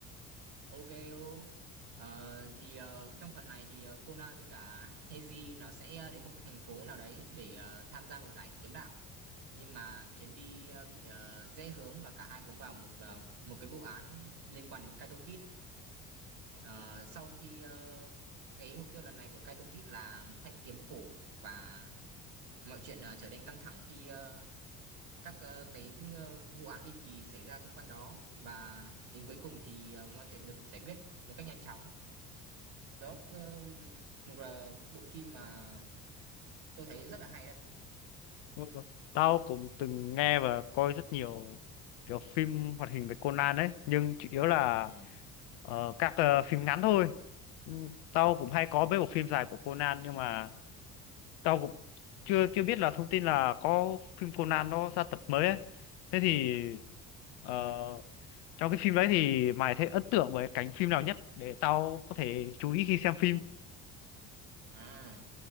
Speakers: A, on the right; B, on the left.
A: ok luôn Ờ, thì ờ, trong phần này thì ờ, Conan với cả Heiji nó sẽ ờ, đến một cái thành phố nào đấy để ờ, tham gia một giải kiếm đạo nhưng mà chuyến đi ờ, bị ờ, rẽ hướng và cả hai cũng vào một ờ, một cái vụ án liên quan đến Kaito Kid Ờ, sau khi ờ, cái mục tiêu lần này của Kaito Kid là một thanh kiếm cổ và mọi chuyện ờ, trở nên căng thẳng khi ờ, các ờ, cái ờ, vụ án ly kỳ xảy ra xung quanh đó và đến cuối cùng thì ờ, mọi chuyện được giải quyết một cách nhanh chóng đó ờ, một ờ, bộ phim mà tôi thấy rất là hay đấy
B: Ừ. Tao cũng từng nghe và coi rất nhiều kiểu phim hoạt hình về Conan ấy nhưng chủ yếu là
A: ừ.
B: ờ, các ờ, phim ngắn thôi Ừ, tao cũng hay có mấy bộ phim dài của Conan nhưng mà tao cũng chưa chưa biết là thông tin là có phim Conan nó ra tập mới ấy thế thì ờ, trong cái phim đấy thì mày thấy ấn tượng với cánh phim nào nhất để tao có thể chú ý khi xem phim
A: à